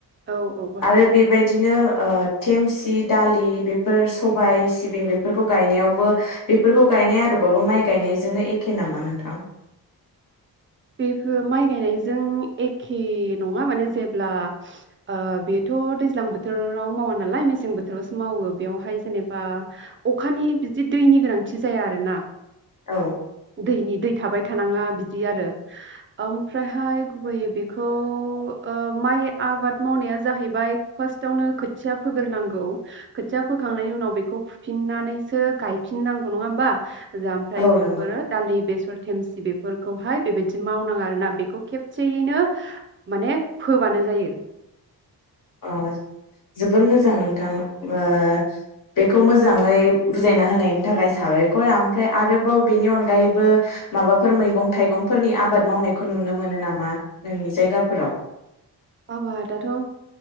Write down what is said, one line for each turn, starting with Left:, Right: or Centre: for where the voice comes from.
Right: औ औ बाहायो
Left: आरो बेबायदिनो ओ धेमस सि, दालि बेफोर सबाय सिबिं बेफोरखौ गायनायावबो बेफोरखौ गायनाय आदबावबो माइ गायनायजोंनो एखे नामा नोंथां?
Right: बेफोर माइ गायनायजों एखे नङा माने जेब्ला ओ बेथ' दैज्लां बोथोराव मावा नालाय मेसें बोथोरावसो मावो बेवहाय जेनेबा अखानि बिदि दैनि गोनांथि जाया आरोना।
Left: औ
Right: दैनि दै थाबाय थानाङा बिदि आरो ओमफ्रायहाय गुबैयै बेखौ ओ माइ आबाद मावनाया जाहैबाय फार्स्टआवनो खोथिया फोग्रोनांगौ खोथिया फोखांनायनि उनाव बेखौ फुफिननानैसो गायफिननांगौ नङा होनबा? ओमफ्राय
Left: औ
Right: बेफोरो
Left: नंगौ नंगौ
Right: दालि, बेसर बेफोरखौहाय बेबायदि मावनाङा आरोना बेखौ खेबसेयैनो माने फोबानो जायो।
Left: अ जोबोर मोजां नोंथां ओ बेखौ मोजाङै बुजायना होनायनि थाखाय साबायखर ओमफ्राय आरोबाव बेनि अनगायैबो माबाफोर मैगं थाइगंफोरनि आबाद मावनायखौ नुनो मोनो नामा नोंनि जायगाफोराव?
Right: आबादाथ' ओ